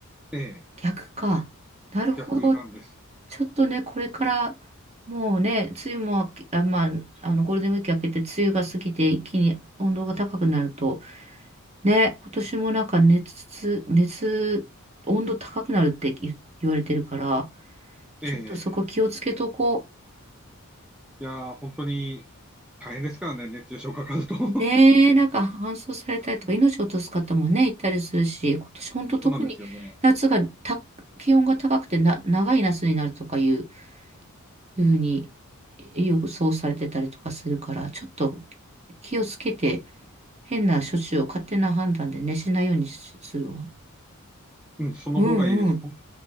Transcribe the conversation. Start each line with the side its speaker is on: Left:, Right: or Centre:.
Centre: ええ
Right: 逆か。なるほど。
Centre: 逆なんです。
Right: ちょっとね、これから、もうね、梅雨も明け、あ、まあ、あの、ゴールデンウィーク明けて、梅雨が過ぎて、一気に温度が高くなると、ね、今年もなんか熱、熱、温度高くなるって言、言われてるから、
Centre: ええ
Right: ちょっとそこ気をつけとこう。
Centre: いやー、本当に大変ですからね、熱中症かかると。<laughs> そ
Right: ねえ、なんか搬送されたりとか命を落とす方もね、いたりするし、今年本当特に夏がた、
Centre: うなんですよね。
Right: 気温が高くてな、長い夏になるとかいう、いうふうに予想されてたりとかするから、ちょっと気をつけて変な処置を勝手な判断でね、しないようにしするわ。
Centre: うん、その方がいいです。
Right: うんうん。
Centre: ほん